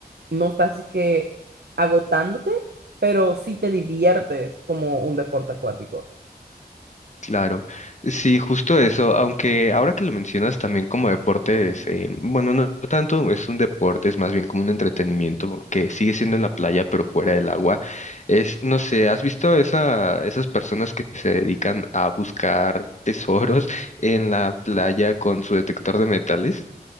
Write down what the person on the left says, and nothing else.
Claro, sí, justo eso, aunque ahora que lo mencionas también como deportes, eh, bueno, no tanto es un deporte, es más bien como un entretenimiento que sigue siendo en la playa pero fuera del agua, es, no sé, ¿has visto esa, esas personas que se dedican a buscar tesoros en la playa con su detector de metales?